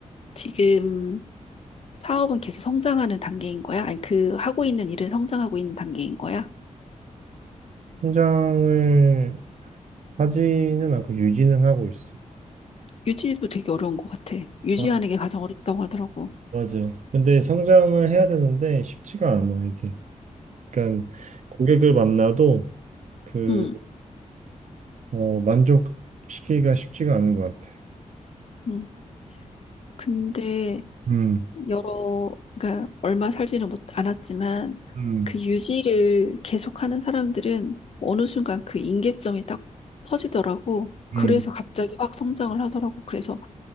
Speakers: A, on the left; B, on the right.
A: 지금 사업은 계속 성장하는 단계인 거야? 아니, 그 하고 있는 일은 성장하고 있는 단계인 거야?
B: 성장을 하지는 않고 유지는 하고 있어.
A: 유지도 되게 어려운 것 같아. 유지하는
B: 아,
A: 게 가장 어렵다고 하더라고.
B: 맞아. 근데 성장을 해야 되는데 쉽지가 않아, 이게. 그러니까 고객을 만나도 그,
A: 응,
B: 어, 만족시키기가 쉽지가 않은 것 같아.
A: 응. 근데
B: 음,
A: 여러, 그러니까 얼마 살지는 못 않았지만
B: 음,
A: 그 유지를 계속하는 사람들은 어느 순간 그 임계점이 딱 터지더라고. 그래서
B: 음.
A: 갑자기 확 성장을 하더라고. 그래서